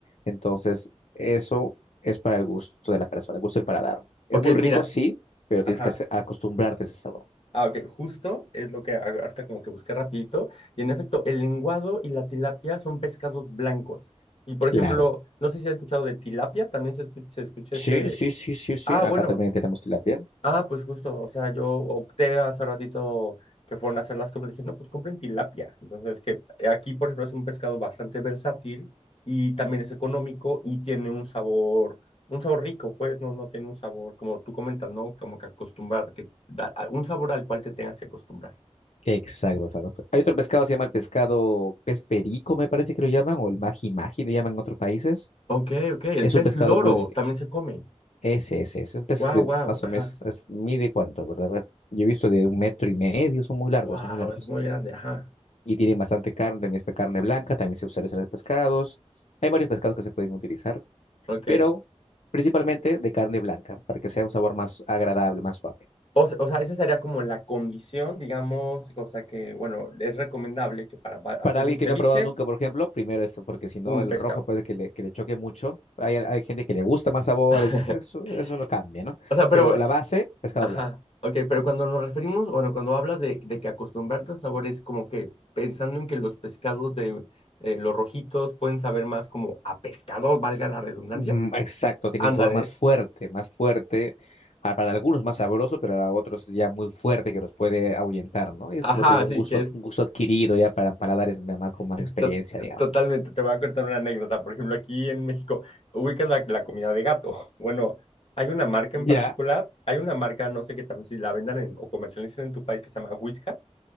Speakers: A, on the left (about 75°); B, on the left (about 55°).
A: Entonces, eso es para el gusto de la persona, el gusto del paladar. Es
B: ok,
A: muy rico,
B: mira,
A: sí, pero tienes
B: ajá.
A: que ace- acostumbrarte a ese sabor.
B: Ah, ok, justo es lo que a- ahorita como que busqué rapidito. Y en efecto, el lenguado y la tilapia son pescados blancos. Y por ejemplo,
A: Claro,
B: no sé si has escuchado de tilapia, también se escu- se escucha,
A: Sí,
B: ese...
A: sí, sí, sí, sí.
B: Ah,
A: Acá
B: bueno,
A: también tenemos tilapia.
B: Ah, pues justo, o sea, yo opté hace ratito que fueron a hacer las compras, dije, no, pues compren tilapia. Entonces, que aquí, por ejemplo, es un pescado bastante versátil y también es económico y tiene un sabor, un sabor rico, pues, no, no tiene un sabor, como tú comentas, ¿no? Como que acostumbrar, que da- a- un sabor al cual te tengas que acostumbrar.
A: exacto. exacto. Hay otro pescado, se llama el pescado pez perico, me parece que lo llaman, o el magi magi, le llaman en otros países.
B: Ok, ok, el
A: Es
B: pez
A: un pescado
B: loro
A: muy...
B: también se come.
A: Ese, ese, es un pez
B: Wow,
A: de
B: wow,
A: más
B: ajá.
A: o menos, es, mide cuánto, ¿verdad? A ver, yo he visto de un metro y medio, son muy largos,
B: Wow,
A: son muy largos.
B: es muy grande, ajá.
A: Y tienen bastante carne, también es carne blanca, también se usa en los pescados. Hay varios pescados que se pueden utilizar,
B: Ok.
A: pero principalmente de carne blanca, para que sea un sabor más agradable, más suave.
B: O, se- o sea, esa sería como la condición, digamos, o sea que, bueno, es recomendable que para va- hacer
A: Para alguien
B: un
A: que
B: ceviche,
A: no ha probado nunca, por ejemplo, primero eso, porque si no,
B: un
A: el
B: pescado.
A: rojo puede que le, que le choque mucho. Hay, hay gente que le gusta más sabores,
B: <laughs>
A: eso, eso no cambia, ¿no?
B: O sea, pero,
A: Pero
B: bu-
A: la base, pescado
B: ajá,
A: blanco.
B: ok, pero cuando nos referimos, bueno, cuando hablas de, de que acostumbrarte a sabores, como que pensando en que los pescados de eh, los rojitos pueden saber más como a pescado, valga la redundancia.
A: Mm, Exacto, tiene
B: Ándale,
A: un sabor más fuerte, más fuerte, ah, para algunos más sabroso, pero para otros ya muy fuerte que los puede ahuyentar, ¿no? Y es
B: ajá,
A: como te digo,
B: así
A: un gusto,
B: que
A: ad-
B: es
A: un gusto adquirido ya para paladares de más con más experiencia,
B: To-
A: digamos.
B: Totalmente, te voy a contar una anécdota. Por ejemplo, aquí en México, ubicas la, la comida de gato. <laughs> Bueno, hay una marca
A: Ya,
B: en particular, hay una marca, no sé qué también, si la vendan en- o comercialicen en tu país que se llama Whiskas.